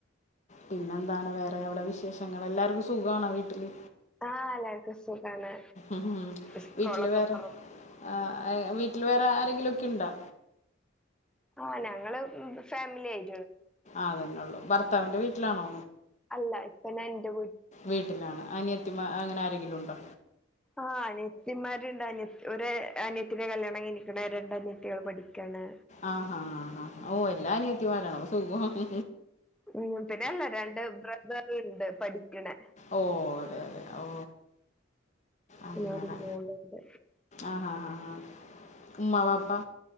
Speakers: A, on the left; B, in the centre.
A: പിന്നെന്താണ് വേറെ എവിടെ വിശേഷങ്ങൾ എല്ലാർക്കും സുഖാണോ വീട്ടില്
B: ആഹ് എല്ലാർക്കും സുഖാണ്
A: ആഹ്
B: സ്കൂളൊക്കെ
A: വീട്ടില് വേറെ
B: തൊറന്നില്ലേ
A: ആ വീട്ടിൽ വേറെ ആ എന്തെങ്കില് ഒക്കെ ഇണ്ടോ
B: ആഹ് ഞങ്ങള് ഫാമിലി ആയി
A: അതെന്നെ ള്ള് ഭർത്താവിൻ്റെ വീട്ടിലാണോ
B: അല്ല ഇപ്പൊ ഞാൻ എന്റെ
A: വീട്ടിലാണ് അനിയത്തി മാര് അങ്ങനെ ആരെ ങ്കിലുണ്ടോ
B: ആ അനിയത്തിമാരുണ്ട് അനിയ ഒര് അനയത്തിന്റെ കല്യാണം കഴിഞ്ഞ്ക്ക്ണ് രണ്ട് അനിയത്തികൾ പഠിക്കാണ്
A: ആ ഹാ ഹാ ഓ എല്ലാം അനിയത്തി മാരാണോ അപ്പൊ സുഖാണ്
B: ഉം പിന്നെല്ല രണ്ട് ബ്രദറുണ്ട് പഠിക്ക്ണെ
A: ഓ അതെ അതെ ഓ അങ്ങനെ
B: ഒരു മോളുണ്ട്
A: അഹാ ഹാ ഹാ ഉമ ബാപ്പാ